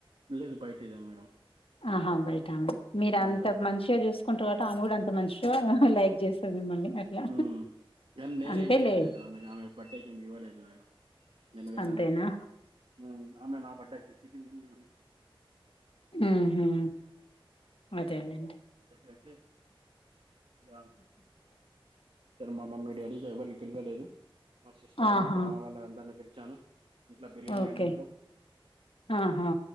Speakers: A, on the right; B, on the left.
A: లేదు బయట ఇదే మేడం
B: ఆహా బయటామె మీరు
A: హ్మ్
B: అంత
A: బయట
B: మంచిగా చూస్ కుంటరట ఆమె కూడా అంత మంచిగా లైక్ చేస్తాది మిమ్మల్ని అట్లా
A: ఉమ్ ఇగ నేనేం
B: అంతేలే
A: చెయ్యలేదు ఆమెకి ఆమె బర్డే కి ఏం ఇవ్వలేదు నేను నేను వెళ్ళాలే
B: అంతేనా
A: నేను ఆమె నా బడ్డేకి గిఫ్ట్ ఇచ్చింది <inaudible>
B: ఊహూ అదేలేండి
A: <inaudible> ఐతే <inaudible> మా మమ్మీ డాడీకి ఎవరికీ పిలవలేదు మా సిస్టరు
B: ఆహా
A: మా బావ వాళ్ళందరినీ పిలిచాను ఇంట్లో బిర్యానీ
B: ఓకే
A: అండిల్లు
B: ఆహా